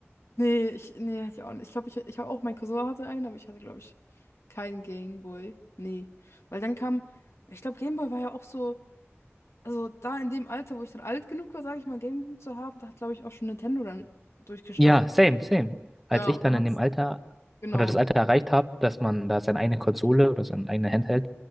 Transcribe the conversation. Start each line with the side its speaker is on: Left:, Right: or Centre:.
Left: Nee, ich, nee, hatte ich auch nicht. Ich glaube, ich, ich habe auch, mein Cousin hatte einen, aber ich hatte, glaube ich, keinen Gameboy. Nee. Weil dann kam, ich glaube, Gameboy war ja auch so, also da in dem Alter, wo ich dann alt genug war, sage ich mal, Gameboy zu haben, da hat, glaube ich, auch schon Nintendo dann durchgestartet.
Centre: Ja, same, same. Als
Left: Ja,
Centre: ich
Left: und
Centre: dann
Left: dann hat's,
Centre: in dem Alter
Left: genau.
Centre: oder das Alter erreicht habe, dass man da seine eigene Konsole oder sein eigenes Handheld